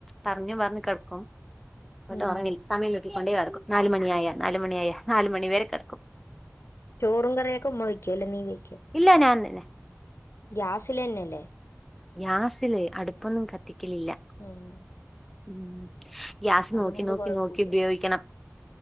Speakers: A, in the centre; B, on the left (about 55°).
A: പറഞ്ഞു പറഞ്ഞു കിടക്കും. ഇട്ട്
B: ഉം
A: ഉറങ്ങിൽ സമയം ഉള്ളോൽക് പട്ടേ കിടക്കും നാല് മണി ആായ നാലുമണി ആയാ നാലുമണി വരെ കിടക്കും.
B: ചോറും കറിയൊക്കെ ഉമ്മ വയ്ക്കുവല്ലേ നീ നീ
A: ഇല്ല ഞാൻ തന്നെ.
B: ഗ്യാസില് തന്നെല്ലേ?
A: ഗ്യാസില് അടുപ്പൊന്നും കത്തിക്കലില്ല
B: ഉം
A: ഉം ഗ്യാസ്
B: അതുകൊണ്ട്
A: നോക്കി നോക്കി
B: കൊഴപ്പുല്ല
A: നോക്കി ഉപയോഗിക്കണം.